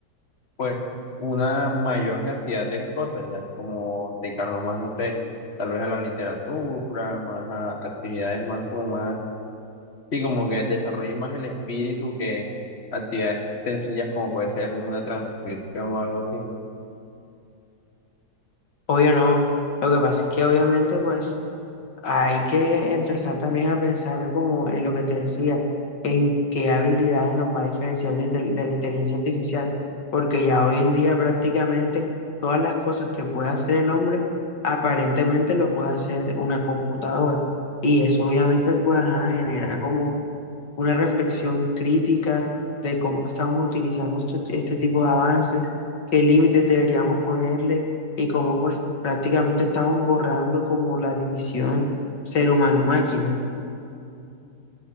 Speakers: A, on the left; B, on the left.
A: pues una mayor cantidad de cosas ya, como dedicarnos más, no sé, tal vez a la literatura, más a actividades más como más, sí, como que desarrollen más el espíritu que actividades sencillas como puede ser una transcripción o algo así.
B: Obvio no. Lo que pasa es que obviamente pues hay que empezar también a pensar como en lo que te decía, en qué habilidades nos va a diferenciar de, intel- de la inteligencia artificial, porque ya hoy en día prácticamente todas las cosas que puede hacer el hombre aparentemente lo puede hacer una computadora. Y eso obviamente pues ajá, genera como una reflexión crítica de cómo estamos utilizando esto- este tipo de avances, qué límites deberíamos ponerle y cómo pues prácticamente estamos borrando como la división ser humano-máquina.